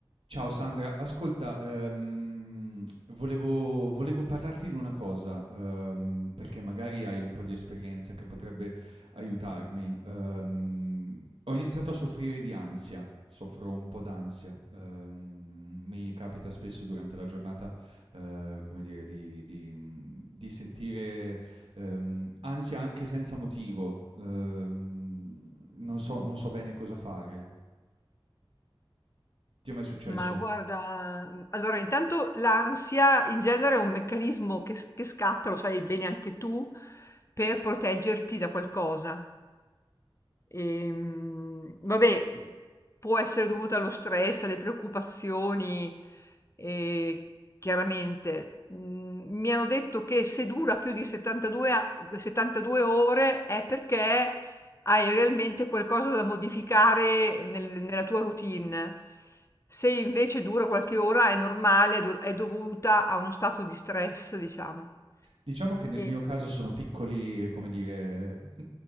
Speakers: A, on the right (about 80°); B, on the left (about 30°).
A: Ciao Sandra, ascolta, ehm, volevo, volevo parlarti di una cosa, ehm, perché magari hai un po' di esperienza che potrebbe aiutarmi. Ehm, ho iniziato a soffrire di ansia, soffro un po' d'ansia. ehm, mi capita spesso durante la giornata, eh, come dire, di, di, mm, di sentire ehm, ansia anche senza motivo. ehm, non so, non so bene cosa fare. Ti è mai successo?
B: Ma guarda, mhmm, allora intanto l'ansia in genere è un meccanismo che s che scatta, lo sai bene anche tu, per proteggerti da qualcosa. Ehm, vabbè, può essere dovuta allo stress, alle preoccupazioni, eh, chiaramente. Mm, Mi hanno detto che se dura più di 72, a- 72 ore è perché hai realmente qualcosa da modificare nel- nella tua routine. Se invece dura qualche ora è normale, è, do- è dovuta a uno stato di stress, diciamo.
A: Diciamo che nel
B: E-
A: mio caso sono piccoli, come dire, mh,